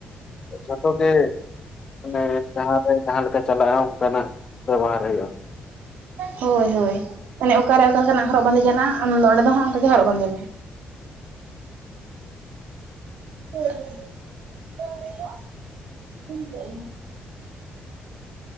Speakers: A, on the left; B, on the right.
A: ᱡᱚᱛᱚ ᱜᱮᱼᱼ ᱢᱟᱱᱮ ᱡᱟᱦᱟᱸᱨᱮ ᱡᱟᱦᱟᱸ ᱞᱮᱠᱟ ᱪᱟᱞᱟᱜᱼᱟ ᱚᱱᱠᱟᱱᱟᱜ ᱵᱮᱵᱚᱦᱟᱨ ᱦᱩᱭᱩᱜᱼᱟ᱾
B: ᱦᱳᱭ ᱦᱳᱭ᱾ ᱢᱟᱱᱮ ᱚᱠᱟᱨᱮ ᱚᱠᱟ ᱞᱮᱠᱟᱱᱟᱜ ᱦᱚᱨᱚᱜ ᱵᱟᱸᱫᱮ ᱪᱟᱞᱟᱜᱼᱟ ᱟᱢ ᱫᱚ ᱚᱸᱰᱮ ᱫᱚ ᱦᱟᱸᱜ ᱚᱱᱠᱟᱜ ᱜᱮ ᱦᱚᱨᱚᱜ ᱵᱟᱸᱫᱮ ᱢᱮ᱾
A: <unintelligible>
B: <unintelligible>